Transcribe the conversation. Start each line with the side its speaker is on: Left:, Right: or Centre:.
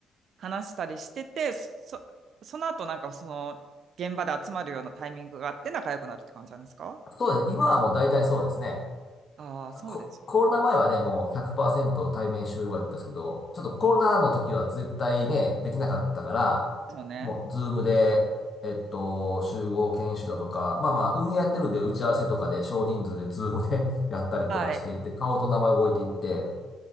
Right: 話したりしてて、そ、その後なんかその現場で集まるようなタイミングがあって仲良くなるって感じなんですか
Left: そうです。今はもう大体そうですね。
Right: ああー、そうです
Left: コ、コロナ前はね、もう100%対面集合やったんですけど、ちょっとコロナの時は絶対ね、できなかったから、
Right: よね。
Left: もうズームで、えっと、集合研修だとか、まあまあ、運営やってるんで打ち合わせとかで少人数でズームで <laughs> やったりとかしていって、
Right: はい。
Left: 顔と名前覚えていって、